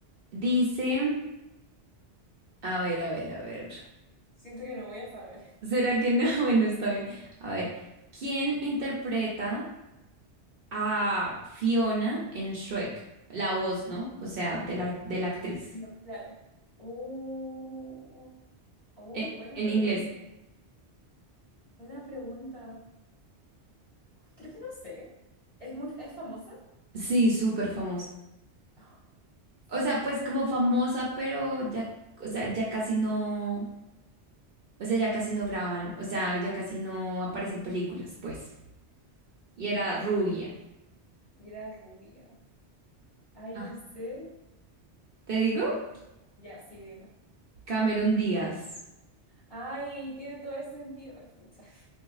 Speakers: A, on the right; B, on the left.
A: dice, a ver, a ver, a ver.
B: Siento que no voy a saber.
A: ¿Será que no? <laughs> Bueno, está bien. A ver, ¿quién interpreta a Fiona en Shrek? La voz, ¿no? O sea, de la, de la actriz.
B: No, claro. Uh, oh,
A: En,
B: buena
A: en
B: pregunta.
A: inglés.
B: Buena pregunta. Ay, creo que no sé. ¿Es muy, es famosa?
A: Sí, súper famosa.
B: Oh, súper
A: O sea,
B: famosa.
A: pues como famosa, pero ya, o sea, ya casi no, o sea, ya casi no graban, o sea, ya casi no aparecen películas, pues. Y era rubia.
B: Y y era rubia. Ay, no
A: Ah.
B: sé.
A: ¿Te digo?
B: Ya, sí, dime.
A: Cameron Díaz.
B: Ay, tiene todo el sentido. Ay, Pucha.